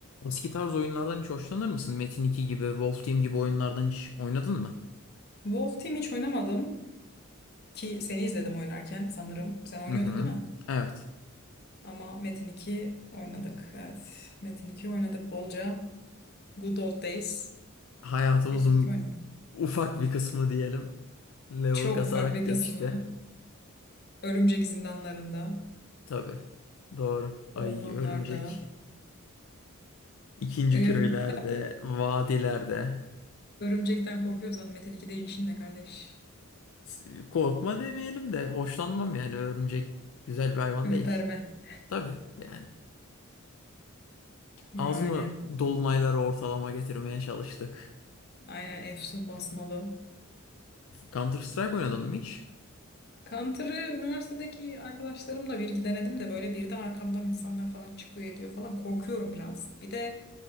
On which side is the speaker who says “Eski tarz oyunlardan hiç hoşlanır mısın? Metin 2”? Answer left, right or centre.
Left